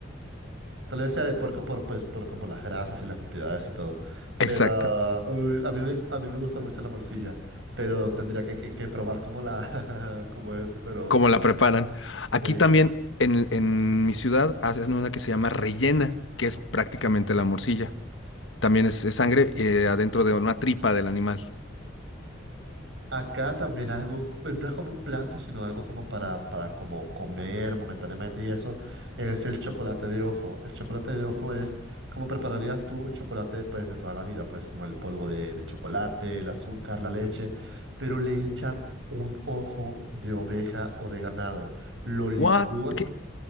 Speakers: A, on the right; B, on the left.
A: tal vez sea de puerco por, pues, por como las grasas y las propiedades y todo.
B: Exacto,
A: Pero uy, a mí me, a mí me gusta mucho la morcilla, pero tendría que, que- que probar como la, <laughs> como eso, pero
B: como la preparan. Aquí
A: México.
B: también, en, en mi ciudad, hacen una que se llama rellena, que es prácticamente la morcilla También es, es sangre eh, adentro de una tripa del animal.
A: Acá también algo, pero no es como un plato, sino algo como para, para como comer momentáneamente y eso, es el chocolate de ojo. El chocolate de ojo es como prepararías tú un chocolate pues de toda la vida, pues como el polvo de, de chocolate, el azúcar, la leche, pero le echan un ojo de oveja o de ganado, lo licúan
B: What? ¿Qué?